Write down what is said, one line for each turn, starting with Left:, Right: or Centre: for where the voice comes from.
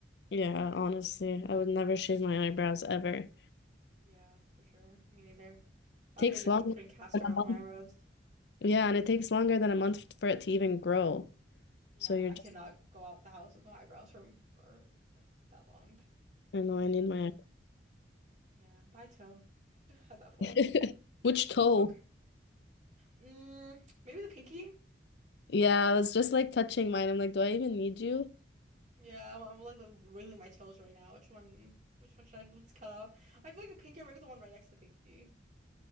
Left: Yeah, honestly, I would never shave my eyebrows ever.
Right: Yeah, for sure. Me neither. I've
Left: Takes
Right: really just
Left: longer
Right: been putting castor
Left: than
Right: oil
Left: a month.
Right: on my eyebrows.
Left: Yeah, and it takes longer than a month for it to even grow.
Right: Yeah,
Left: So you're
Right: I
Left: just,
Right: cannot go out the house with no eyebrows from for that long.
Left: I know I
Right: Yeah,
Left: need my
Right: yeah. Bye toe. <laughs> At that point.
Left: eyebrows. <laughs> Which toe?
Right: Okay. Mm, maybe the pinky.
Left: Yeah, I was just like touching mine. I'm like, do I even need you?
Right: Yeah, I'm, I'm like wiggling my toes right now. Which one? Which one should I just cut off? I feel like the pinky, or maybe the one right next to the pinky.